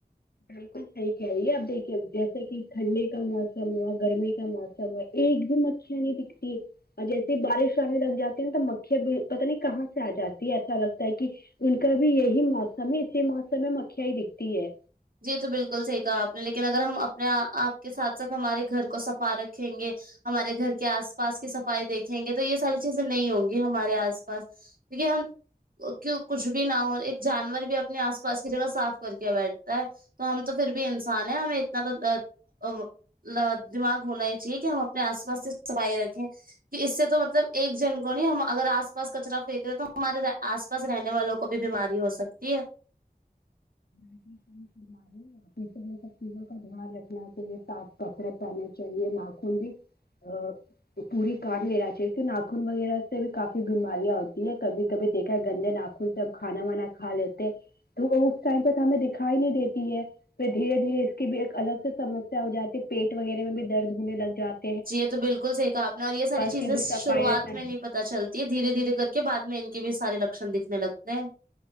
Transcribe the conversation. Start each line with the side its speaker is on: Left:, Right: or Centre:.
Left: بالکل صحیح کہے رہی اب دیکھیے جیسے کہ ٹھنڈے کا موسم ہو گرمی کا موسم ہے ایک بھی مکھیاں نہیں دکھتی ہے اور جیسے بارش آنے لگ جاتی ہیں نا تو مکھیاں پتا نہیں کہاں سے آ جاتی ہے ایسا لگتا ہے کہ ان کا بھی یہی موسم ہے اسی موسم میں مکھیاں ہی دکھتی ہے
Right: جی تو بالکل صحیح کہا آپ نے لیکن اگر ہم اپنے آپ کے ساتھ ساتھ ہمارے گھر کو صفا رکھیں گے ہمارے گھر کے آس پاس کی صفائی دیکھیں گے تو یہ ساری چیزیں نہیں ہوں گی ہمارے آس پاس دیکھئے ہم کیوں کچھ بھی نہ ہو ایک جانور بھی اپنے آس پاس کی جگہ صاف کر کے بیٹھ تا ہے تو ہم تو پھر بھی انسان ہے ہمیں اتنا تو ا ت دماغ ہونا ہی چاہیے کہ ہم اپنے آس پاس سے صفائی رکھیں کہ اس سے تو مطلب ایک جن کو نہیں ہم اگر آس پاس کچرا پھینک رہے تو ہمارے آس پاس رہنے والوں کو بھی بیماری ہو سکتی ہے
Left: <unintelligible> یہ سب چیزوں کا دھیان رکھنا چاہیے صاف کپڑے پہنے چاہیے ناخن بھی ہ پوری کاٹ لینا چاہیے کی ناخن وغیرہ سے بھی کافی بیماریاں ہوتی ہیں کبھی کبھی دیکھا ہے گندے ناخن جب کھانا وانا کھا لیتے تو وہ اس ٹائم پہ تو ہمیں دکھائی نہیں دیتی ہے پھر دھیرے دھیرے اس کی بھی ایک الگ سے سمسیا ہو جاتی ہے پیٹ وغیرہ میں بھی درد ہونے لگ جاتا
Right: جی یہ تو بالکل صحیح کہا آپ نے اور یہ ساری چیزیں
Left: کی بھی
Right: شروعات
Left: صفائی رکھنا
Right: میں نہیں پتا چل یہ دھیرے دھیرے کر کے بعد میں ان کے بھی سارے لکشن دیکھنے لگتے ہیں